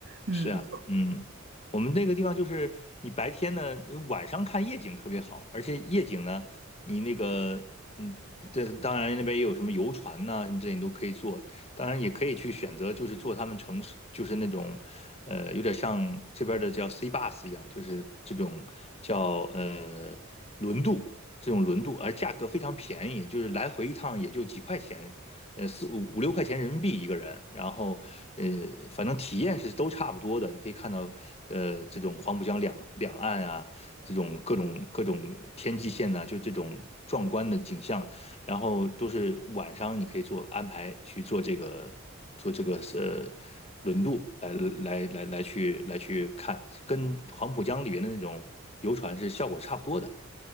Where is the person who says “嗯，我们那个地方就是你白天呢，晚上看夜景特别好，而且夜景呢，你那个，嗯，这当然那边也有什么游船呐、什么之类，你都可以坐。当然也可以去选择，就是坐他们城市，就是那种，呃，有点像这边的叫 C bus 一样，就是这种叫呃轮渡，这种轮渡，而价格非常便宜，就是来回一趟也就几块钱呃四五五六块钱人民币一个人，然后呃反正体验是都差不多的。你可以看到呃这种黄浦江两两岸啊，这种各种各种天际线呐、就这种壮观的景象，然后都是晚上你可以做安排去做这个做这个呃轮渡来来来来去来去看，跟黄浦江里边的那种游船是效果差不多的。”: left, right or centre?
Left